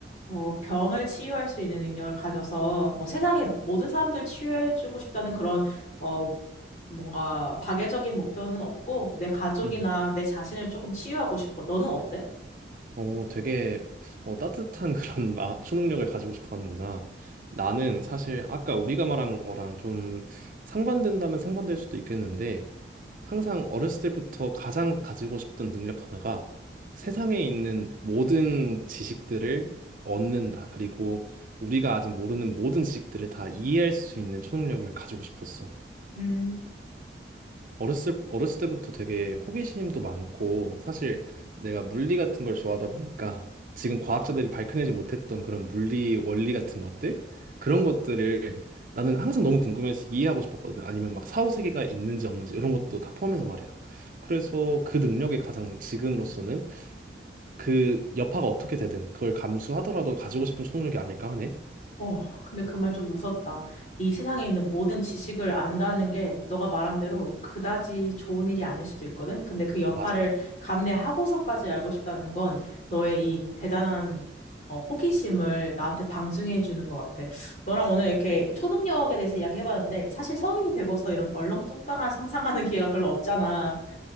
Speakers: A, on the left (about 45°); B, on the right (about 50°).
A: 어, 병을 치유할 수 있는 능력을 가져서 뭐 세상의 모든 사람들 치유해주고 싶다는 그런 어 뭔가 박애적인 목표는 없고 내 가족이나
B: 음.
A: 내 자신을 조금 치유하고 싶어. 너는 어때?
B: 어, 되게 어, 따뜻한 <laughs> 그런 마- 초능력을 가지고 싶어 하는구나. 나는 사실 아까 우리가 말한 거랑 좀 상반된다면 상반될 수도 있겠는데 항상 어렸을 때부터 가장 가지고 싶던 능력 하나가 세상에 있는 모든 지식들을 얻는다. 그리고 우리가 아직 모르는 모든 지식들을 다 이해할 수 있는 초능력을 가지고 싶었어.
A: 음.
B: 어렸을, 어렸을 때부터 되게 호기심도 많고, 사실 내가 물리 같은 걸 좋아하다 보니까 지금 과학자들이 밝혀내지 못했던 그런 물리 원리 같은 것들? 그런 것들을 나는 항상 너무 궁금해서 이해하고 싶었거든. 아니면 막 사후세계가 있는지 없는지 이런 것도 다 포함해서 말이야. 그래서 그 능력이 가장 지금으로서는 그 여파가 어떻게 되든 그걸 감수하더라도 가지고 싶은 초능력이 아닐까 하네.
A: 어, 근데 그 말 좀 무섭다. 이 세상에 있는 모든 지식을 안다는 게 너가 말한 대로 그다지 좋은 일이 아닐 수도 있거든. 근데 그 여파를
B: 맞아.
A: 감내하고서까지 알고 싶다는 건 너의 이 대단한 어, 호기심을 나한테 방증해 주는 것 같아. 너랑 오늘 이렇게 초능력에 대해서 이야기해봤는데 사실 성인이 되고서 이런 얼렁뚱땅한 상상하는 <laughs> 기회가 별로 없잖아.